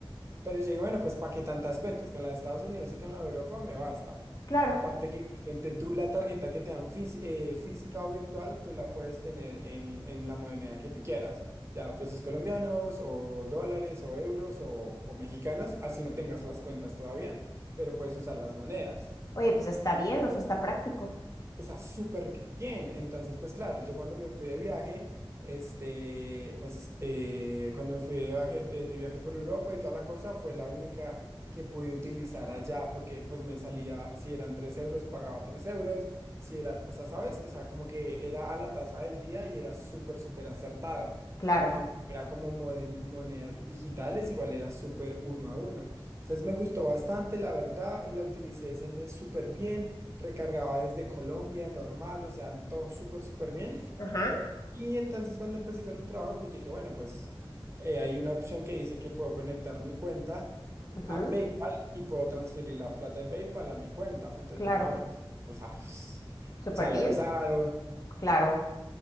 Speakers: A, on the right (about 30°); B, on the left (about 45°).
A: Pero yo dije, bueno, pues ¿para qué tantas cuentas? Con la de Estados Unidos y con la de Europa me basta.
B: Claro.
A: Aparte que obviamente, tú la tarjeta que te dan fís- eh, física o virtual, tú la puedes tener en, en la moneda que tú quieras, ya pesos colombianos o dólares o euros o, o mexicanos, así no tengas las cuentas todavía, pero puedes usar las monedas.
B: Oye, pues está bien, o sea, está práctico.
A: O sea, súper bien. Entonces, pues claro, yo cuando me fui de viaje, este, pues eh, cuando me fui de viaje, eh, de viaje por Europa y toda la cosa, fue la única que pude utilizar allá porque pues me salía, si eran 3 euros, pagaba 3 euros, si era, o sea, ¿sabes? O sea, como que era a la tasa del día y era súper, súper acertado
B: Claro.
A: aunque era como moden- monedas digitales, igual era súper uno a uno. Entonces me gustó bastante, la verdad, la utilicé ese mes súper bien, recargaba desde Colombia, normal, o sea, todo súper, súper bien.
B: Ajá.
A: Y entonces cuando empecé con el trabajo, pues dije, bueno, pues eh, hay una opción que dice que puedo conectar mi cuenta
B: ujú,
A: a PayPal y puedo transferir la plata de PayPal a mi cuenta. Entonces
B: Claro.
A: dije, ah, bueno, o sea, <laughs> <sighs>
B: Súper
A: ya
B: bien.
A: la he usado,
B: Claro.